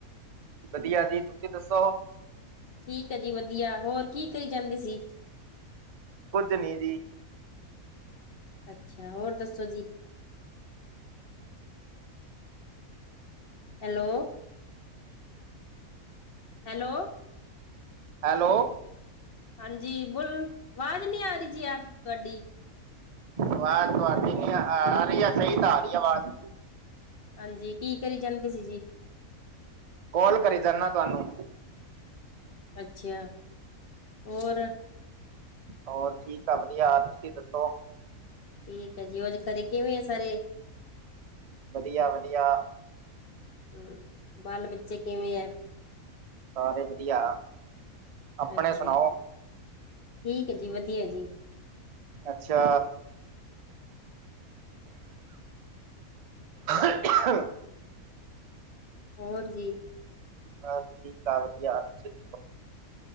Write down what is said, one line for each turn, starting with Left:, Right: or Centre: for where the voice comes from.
Right: ਵਧੀਆ ਜੀ ਤੁਸੀਂ ਦੱਸੋ।
Left: ਠੀਕ ਐ, ਜੀ ਵਧੀਆ ਹੋਰ ਕੀ ਕਰੀ ਜਾਂਦੇ ਸੀ।
Right: ਕੁੱਝ ਨੀ ਜੀ।
Left: ਅੱਛਾ, ਹੋਰ ਦੱਸੋ ਜੀ ਹੈਲੋ, ਹੈਲੋ
Right: ਹੈਲੋ
Left: ਹਾਂਜੀ, ਬੋਲ ਆਵਾਜ਼ ਨਹੀਂ ਆ ਰਹੀ ਜੀ ਯ ਤੁਹਾਡੀ
Right: ਆਵਾਜ਼ ਤੁਹਾਡੀ ਨ ਆ ਰਹੀ ਆ ਸਹੀ ਤਾਂ ਆ ਰਹੀ ਆਵਾਜ਼
Left: ਹਾਂਜੀ ਕੀ ਕਰੀ ਜਾਂਦੇ ਸੀ ਜੀ।
Right: ਕਾਲ ਕਰੀ ਜਾਣਾ ਤੁਹਾਨੂੰ
Left: ਅੱਛਾ ਹੋਰ
Right: ਹੋਰ ਠੀਕ ਆ, ਵਧੀਆ ਤੁਸੀਂ ਦੱਸੋ?
Left: ਠੀਕ ਆ ਜੀ, ਹੋਰ ਘਰੇ ਕਿਵੇਂ ਆ ਸਾਰੇ
Right: ਵਧੀਆ ਵਧੀਆ,
Left: ਹੂੰ, ਬਾਲ ਬੱਚੇ ਕਿਵੇਂ ਆ।
Right: ਸਾਰੇ ਵਧੀਆ, ਆਪਣੇ
Left: ਅੱਛਾ
Right: ਸੁਣਾਓ
Left: ਠੀਕ ਐ, ਜੀ ਵਧੀਆ ਜੀ।
Right: ਅੱਛਾ, <unintelligible>
Left: ਔਰ ਜੀ।
Right: ਬਸ ਠੀਕ ਆ ਵਧੀਆ ਤੁਸਿ ਦੱਸੋ?